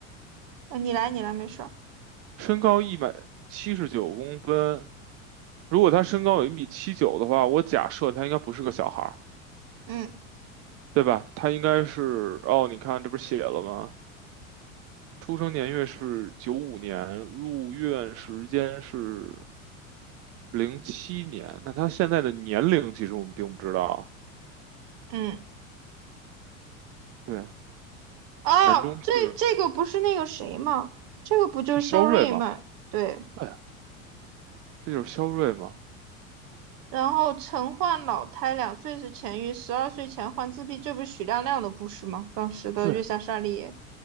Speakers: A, on the right; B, on the right.
A: 呃，你来，你来，没事儿。
B: 身高一百七十九公分，如果他身高有一米七九的话，我假设他应该不是个小孩。
A: 嗯
B: 对吧？他应该是，哦，你看这不是写了吗？出生年月是九五年，入院时间是零七年。那他现在的年龄其实我们并不知道。
A: 嗯，
B: 对，
A: 哦，
B: 男中是
A: 这这个不是那个谁吗？这个不就是肖瑞吗？
B: 是肖瑞吗？
A: 对。
B: 对，这就是肖瑞吗？
A: 然后曾患脑瘫，两岁时痊愈，十二岁前患自闭，这不是许亮亮的故事吗？当时的月下沙利叶
B: 对，